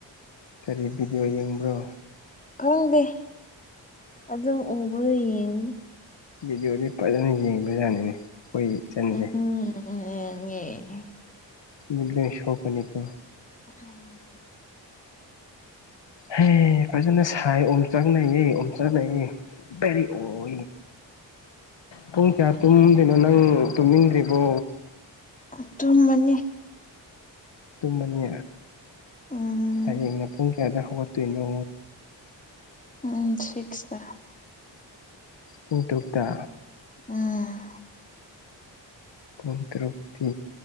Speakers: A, on the left; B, on the left.
A: ꯀꯔꯤ ꯚꯤꯗꯤꯑꯣ ꯌꯦꯡꯕ꯭ꯔꯣ
B: ꯈꯪꯗꯦ ꯑꯗꯨꯝ ꯎꯕꯗꯣ ꯌꯦꯡꯕꯅꯤ
A: ꯚꯤꯗꯤꯑꯣꯗꯤ ꯐꯥꯖꯅ ꯌꯦꯡꯕ ꯌꯥꯠꯅꯤꯅꯦ ꯑꯩꯈꯣꯏꯒꯤ ꯏꯆꯟꯖꯦ
B: ꯎꯝ ꯌꯦꯡꯉꯦ
A: ꯃꯤꯠꯀ ꯁꯣꯛꯀꯅꯤꯀꯣ
B: <unintelligible>
A: ꯍꯦ ꯐꯥꯖꯅ ꯁꯥꯏ ꯑꯣꯝꯆꯥꯛ ꯅꯩꯌꯦ ꯑꯣꯝꯆꯥꯛ ꯅꯩꯌꯦ ꯗꯥꯏꯔꯦꯛ ꯑꯣ ꯄꯨꯡ ꯀꯌꯥ ꯇꯨꯝꯗꯣꯏꯅꯣ ꯅꯪ ꯇꯨꯝꯅꯤꯡꯗ꯭ꯔꯤꯕꯣ
B: ꯑꯥ ꯇꯨꯝꯃꯅꯤ
A: ꯇꯨꯝꯃꯅꯤ
B: ꯎꯝ
A: ꯍꯌꯦꯡꯅ ꯄꯨꯡ ꯀꯌꯥꯗ ꯍꯧꯒꯠꯇꯣꯏꯅꯣ
B: ꯎꯝ ꯁꯤꯁꯛꯇ
A: ꯄꯨꯡ ꯇꯔꯨꯛꯇꯥ
B: ꯑꯥ
A: ꯄꯨꯡ ꯇꯔꯨꯛꯇꯤ